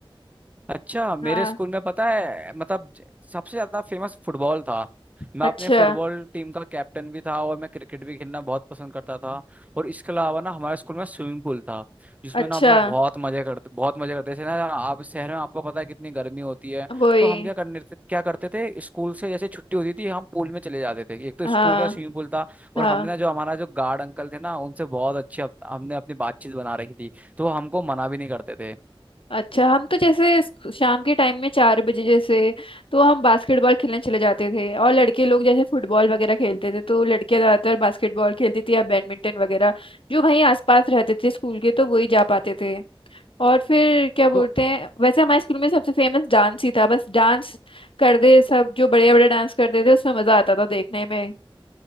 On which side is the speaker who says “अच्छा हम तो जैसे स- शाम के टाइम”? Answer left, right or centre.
Left